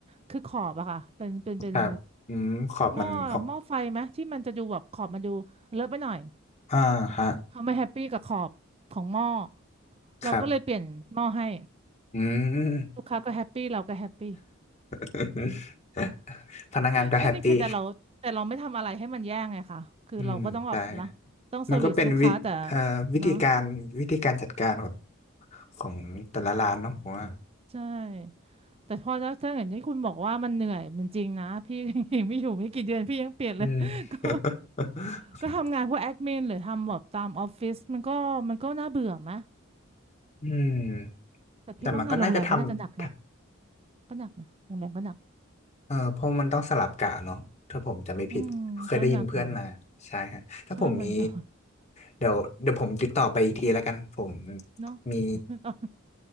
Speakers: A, on the right; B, on the left.
A: คือขอบอะค่ะเป็นเป็นเป็น
B: ครับอืม ขอบมันออก
A: หม้อหม้อไฟไหมที่มันจะดูแบบขอบมันดูเลอะไปหน่อย
B: อ่าฮะ
A: เขาไม่แฮปปี้กับขอบของหม้อเราก็เลยเปลี่ยนหม้อให้
B: ครับ อืม
A: ลูกค้าก็แฮปปี้เราก็แฮปปี้
B: <laughs> พนักงานก็แฮปปี้
A: <laughs> ก็นี่คือแต่เราแต่เราไม่ทำอะไรให้มันแย่ไงค่ะ คือเราก็ต้องแบบนะต้องเซอร์วิสลูกค้าแต่
B: อืมใช่มันก็เป็นวิเอ่อวิธีการวิธีการจัดการของ
A: เนาะ
B: ของแต่ละร้านเนาะผมว่า
A: ใช่แต่พอถ้าถ้าอย่างที่คุณบอกว่ามันเหนื่อยมันจริงนะพี่ <laughs> ยังไม่อยู่ไม่กี่เดือนพี่ยังเปลี่ยนเลย
B: อืม
A: <laughs> ก็
B: <laughs>
A: ก็ทำงานพวกแอดมินหรือทำแบบตามออฟฟิศมันก็มันก็น่าเบื่อไหม
B: อืม
A: แต่พี่ว่างานโรงแรมก็น่าจะหนักนะ
B: แต่มันก็น่าจะทำ
A: ก็หนักนะโรงแรมก็หนัก
B: เออเพราะมันต้องสลับกะเนาะถ้าผมจำไม่ผิดเคยได้ยินเพื่อนมาใช่ฮะถ้าผมมี
A: อืมก็หนักอยู่ ใช่มันก็
B: เดี๋ยวเดี๋ยวผมติดต่อไปอีกทีแล้วกันผม
A: <laughs> เนาะ
B: มี
A: <laughs> ลอง